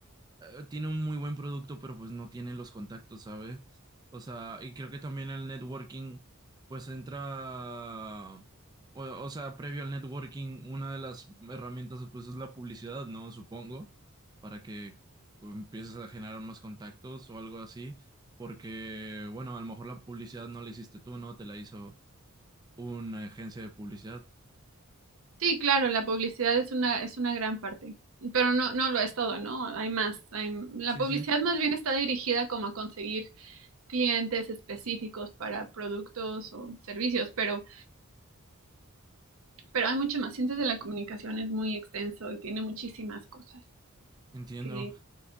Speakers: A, on the right; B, on the right.
A: eh, tiene un muy buen producto, pero pues no tiene los contactos, ¿sabes? O sea, y creo que también el networking, pues entra, o, o sea, previo al networking, una de las herramientas, pues es la publicidad, ¿no? Supongo, para que empieces a generar más contactos o algo así, porque, bueno, a lo mejor la publicidad no la hiciste tú, ¿no? Te la hizo una agencia de publicidad.
B: Sí, claro, la publicidad es una, es una gran parte, pero no, no lo es todo, ¿no? Hay más. Hay, la
A: Sí,
B: publicidad
A: sí,
B: más bien está dirigida como a conseguir clientes específicos para productos o servicios, pero, pero hay mucho más. Ciencias de la comunicación es muy extenso y tiene muchísimas cosas
A: entiendo.
B: que...